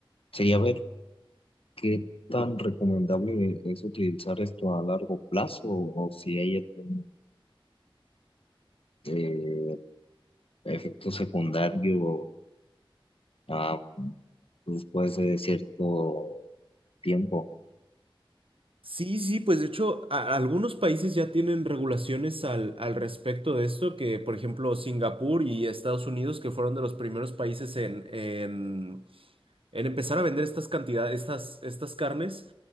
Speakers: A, on the left; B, on the right.
A: sería ver qué tan recomendable es utilizar esto a largo plazo o si hay algún eh, efecto secundario ah, después de cierto tiempo.
B: Sí, sí, pues de hecho a- algunos países ya tienen regulaciones al, al respecto de esto, que por ejemplo Singapur y Estados Unidos, que fueron de los primeros países en, en, en empezar a vender estas cantidades, estas, estas carnes,